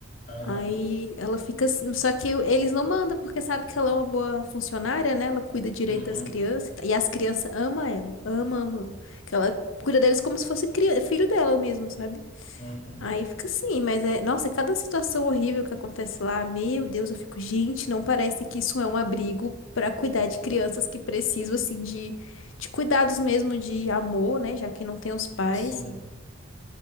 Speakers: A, on the left; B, on the left.
A: aham,
B: Aí ela fica assim. Só que eles não mandam, porque sabe que ela é uma boa funcionária, né? Ela cuida direito
A: uhum,
B: das crianças. E as crianças amam ela. Ama, ama. ama. Que ela cuida deles como se fosse cria- filho dela mesmo, sabe?
A: uhum.
B: Aí fica assim, mas é, nossa, é cada situação horrível que acontece lá, meu Deus, eu fico, gente, não parece que isso é um abrigo pra cuidar de crianças que precisam assim de, de cuidados mesmo de amor, né, já que não tem os pais.
A: Sim.